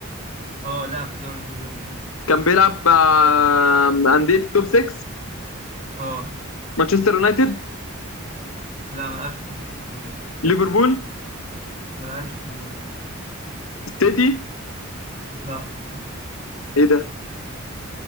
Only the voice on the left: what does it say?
كان بيلعب مع مع انديه التوب 6
مانشستر يونايتد
ليفربول
السيتي
ايه ده